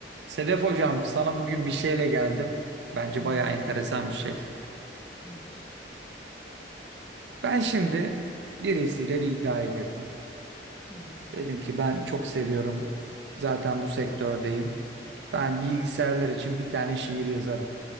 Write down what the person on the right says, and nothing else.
Sedef hocam, sana bugün bir şeyle geldim. Bence
bayağı
enteresan bir şey.
Ben şimdi birisiyle bir iddiaya girdim.
Dedim ki ben çok seviyorum. Zaten bu sektördeyim. Ben bilgisayarlar için bir tane şiir yazarım.